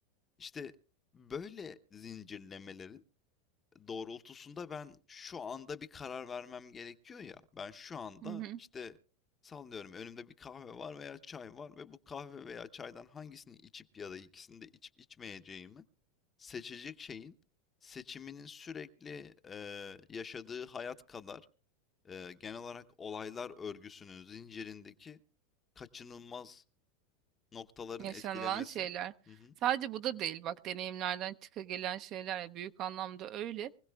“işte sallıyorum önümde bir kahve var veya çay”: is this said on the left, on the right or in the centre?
Left